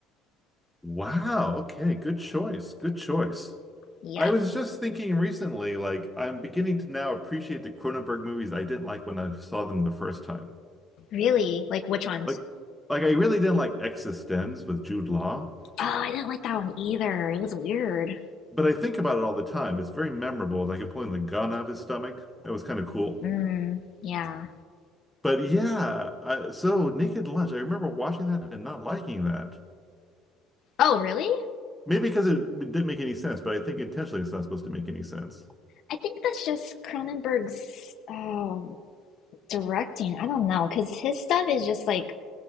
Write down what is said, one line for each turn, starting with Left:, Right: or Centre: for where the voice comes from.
Centre: Wow, okay, good choice. Good choice.
Left: Yes.
Centre: I was just thinking recently, like I'm beginning to now appreciate the Cronenberg movies I didn't like when I saw them the first time.
Left: Really? Like which ones?
Centre: Like like I really didn't like Existenz with Jude Law,
Left: Oh, I didn't like that one either. It was weird.
Centre: but I think about it all the time. It's very memorable, like him pulling the gun out of his stomach. That was kind of cool.
Left: Mm, yeah.
Centre: But yeah, I, so Naked Lunch, I remember watching that and not liking that.
Left: Oh, really?
Centre: Maybe because it, it didn't make any sense, but I think intentionally it's not supposed to make any sense.
Left: I think that's just Cronenberg's Oh, directing. I don't know, because his stuff is just like